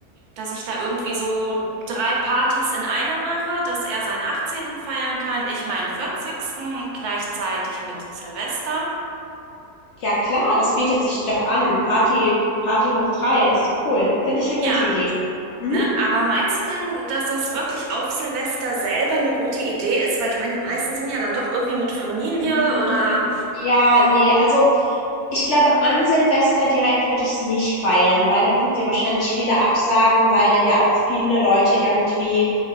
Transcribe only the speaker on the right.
dass ich da irgendwie so drei Partys in einer mache, dass er seinen 18. feiern kann, ich meinen 40. gleichzeitig mit Silvester.
Ja,
Ne? Aber meinst du denn, dass das wirklich auf Silvester selber eine gute Idee ist? Weil ich meine, die meisten sind ja dann doch irgendwie mit Familie
oder